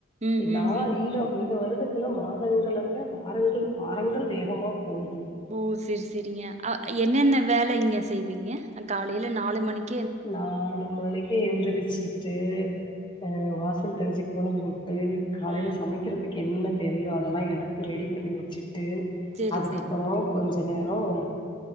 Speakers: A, on the right; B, on the left.
A: ம்
B: நா
A: ம் ம்
B: இந்த இந்த வருட த்தில மாதங்கள விட வாரங்கள் வாரங்கள் வேகமா போவுது
A: ஓ சேரி சேரிங்க ஆ என்னென்ன வேல இங்க செய்வீங்க காலையில நாலு மணிக்
B: நாலு மணிக்கே எந்திரிச்சுட்டு அ வாசல் தெளிச்சு கோலம் போ ட்டு காலையில
A: அ
B: சமைக்கிறதுக்கு என்னென்ன தேவையோ அதெல்லா எடுத்து ரெடி பண்ணி வச்சுட்டு
A: சரி
B: அதுக்கப்புற
A: சரி.
B: கொஞ்ச நேரம்